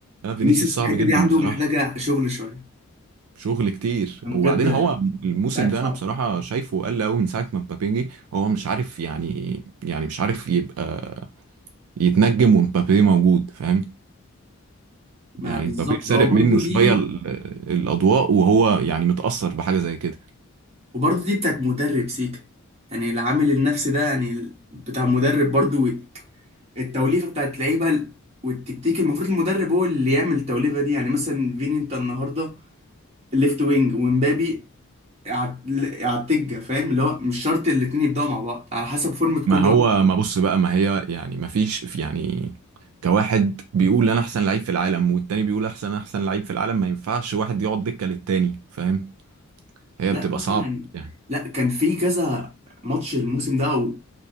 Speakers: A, on the right; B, on the right.
A: انا فينيسيوس
B: فينيسيوس
A: صعب
B: الحته
A: جدا
B: دي عنده
A: بصراحه
B: محتاجه شغل شويه
A: شغل كتير
B: كان
A: وبعدين
B: بجد
A: هو الموسم
B: لعيب
A: ده
B: صعب
A: انا بصراحه شايفه قل قوي من ساعه ما مبابي جه هو مش عارف يعني يعني مش عارف يبقى يتنجم ومبابي موجود فاهم
B: ما
A: يعني
B: بالظبط
A: مبابي سارق
B: اه برضو
A: منه شويه
B: دي
A: ال- الاضواء وهو يعني متاثر بحاجه زي كده
B: وبرضه دي بتاعت مدرب سيكا يعني العامل النفسي ده يعني بتاع مدرب برضه التوليفة بتاعت لعيبة والتكتيك المفروض المدرب هو اللي يعمل التوليفة دي يعني مثلا فيني انت النهاردة ليفت وينج ومبابي على التجة فاهم اللي هو مش شرط الاتنين يبدأوا مع بعض على حسب فورمة
A: ما
B: كل
A: هو
B: واحد
A: ما بص بقى ما هي يعني ما فيش يعني كواحد بيقول انا احسن لعيب في العالم والتاني بيقول احسن احسن لعيب في العالم ما ينفعش واحد يقعد دكه للتاني فاهم هي
B: لا
A: بتبقى
B: مثلا
A: صعبه
B: يعني
A: يعني
B: لا كان في كذا ماتش الموسم ده او